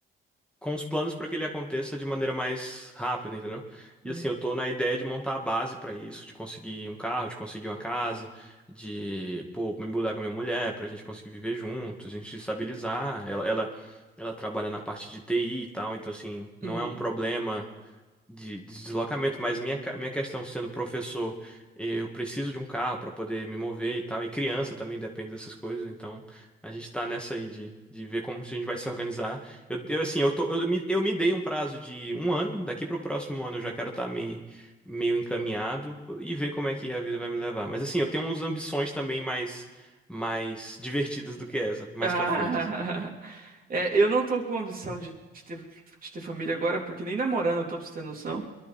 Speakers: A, in the centre; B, on the right (about 45°).
A: com os planos pra que ele aconteça de maneira mais rápida, entendeu?
B: Uhum.
A: E assim, eu tô na ideia de montar a base pra isso, de conseguir um carro, de conseguir uma casa, de, pô, me mudar com a minha mulher, pra gente conseguir viver juntos, a gente se estabilizar. Ela, ela, ela trabalha na parte de TI e tal, então assim, não
B: Uhum.
A: é um problema de, de deslocamento, mas minha, ca- minha questão sendo professor, eu preciso de um carro para poder me mover e tal, e criança também depende dessas coisas, então a gente tá nessa aí de, de ver como a gente vai se organizar. Eu, eu, assim, eu tô, eu me, eu me dei um prazo de um ano, daqui para o próximo ano eu já quero estar meio, meio encaminhado e ver como é que a vida vai me levar. Mas assim, eu tenho umas ambições também mais, mais divertidas do que essa, mais
B: Ah,
A: para frente. assim.
B: <laughs> é, eu não tô com ambição de, de ter, de ter família agora, porque nem namorando eu tô pra você ter noção.